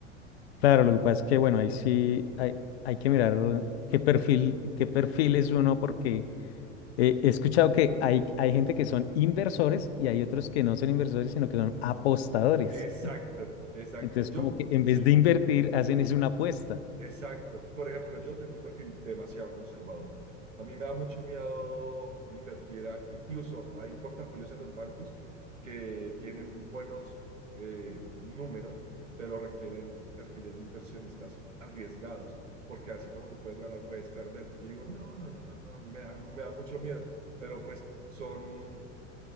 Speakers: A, on the left; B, on the right.
A: Claro, lo que pasa es que, bueno, ahí sí hay, hay que mirar qué perfil, qué perfil es uno, porque eh, he escuchado que hay, hay gente que son inversores y hay otros que no son inversores, sino que son apostadores.
B: Exacto, exacto.
A: Entonces,
B: Yo
A: como que en
B: sí,
A: vez de invertir, hacen es una apuesta.
B: Exacto. Por ejemplo, yo tengo un perfil demasiado conservador. A mí me da mucho miedo invertir. a- incluso hay portafolios en los bancos que tienen buenos eh, números, pero requieren perfiles de inversionistas arriesgados, porque así como tú puedes ganar, puedes perder. Y yo digo, no, no, no, no, no, a mí me da, me da mucho miedo. Pero pues son